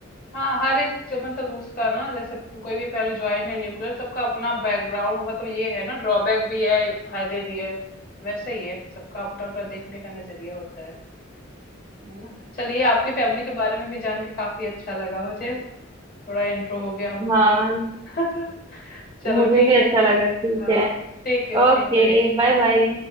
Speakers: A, on the left; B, on the right.
A: हाँ हर एक जो मतलब उसका ना जैसे कोई भी पहले ज्वाइंट है न्यूक्लियर सबका अपना बैकग्राउंड मतलब ये है ना ड्रॉबैक भी है फायदे भी है वैसे ही है सबका अपना अपना देखने का नजरिया होता है है ना चलिए आपकी फैमिली के बारे में भी जान के काफी अच्छा लगा मुझे थोड़ा इंट्रो हो गया हम लोग
B: हाँ
A: का <laughs> चलो
B: मुझे
A: ठीक
B: भी अच्छा
A: है
B: लगा ठीक
A: हाँ,
B: है
A: ठीक है ओके
B: Okay
A: बाय
B: bye bye